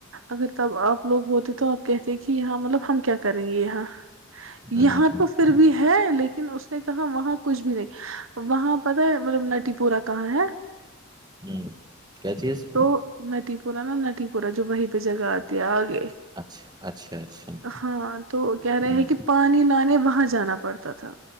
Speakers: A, on the right; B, on the right.
A: اگر تب آپ لوگ ہوتے تو آپ کہتے کہ یہاں مطلب ہم کیا کریں گے یہاں
B: ہوں
A: یہاں
B: ہوں
A: تو پھر بھی ہے لیکن اس نے کہا وہاں کچھ بھی نہیں وہاں پتا ہے مطلب نٹی پورا کہاں ہے
B: ہوں کیا چیز
A: تو نٹی پورہ نا نٹی پورہ جو وہیں پہ جگہ آتی ہے آگے
B: اچھا اچھا اچھا ہوں
A: ہاں تو کہہ رہے
B: ہوں
A: ہیں کہ پانی نہانے وہاں جانا پڑتا تھا